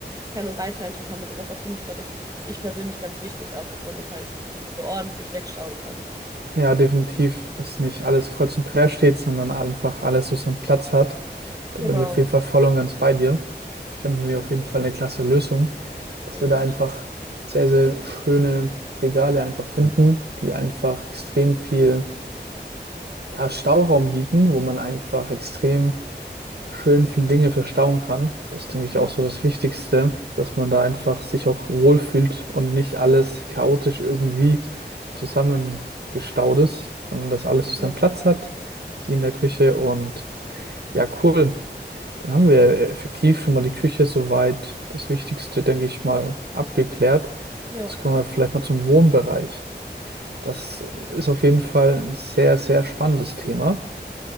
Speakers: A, on the right; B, on the right.
A: kann und Reis reintun kann und sowas. Das finde ich, glaube ich, ich persönlich ganz wichtig auch, dass man das halt so ordentlich wegschauen kann.
B: Ja, definitiv, dass nicht alles kreuz und quer steht, sondern einfach alles so seinen Platz hat. Da
A: Genau,
B: bin ich auf jeden Fall voll und ganz bei dir. Da finden wir auf jeden Fall eine klasse Lösung, dass
A: sehr
B: wir
A: gut.
B: da einfach sehr, sehr schöne Regale einfach finden,
A: Hm.
B: die einfach extrem viel, ja, Stauraum bieten, wo man einfach extrem schön viel Dinge verstauen kann. Das denke ich
A: Ja,
B: auch so das Wichtigste, dass man da einfach sich auch wohlfühlt und nicht alles chaotisch irgendwie zusammengestaut ist, sondern dass alles so
A: voll.
B: seinen Platz hat, wie in der Küche. Und ja, cool. Dann haben wir effektiv schon mal die Küche soweit das Wichtigste, denke ich mal, abgeklärt.
A: Ja.
B: Jetzt kommen wir vielleicht mal zum Wohnbereich. Das ist auf jeden Fall ein sehr, sehr spannendes Thema.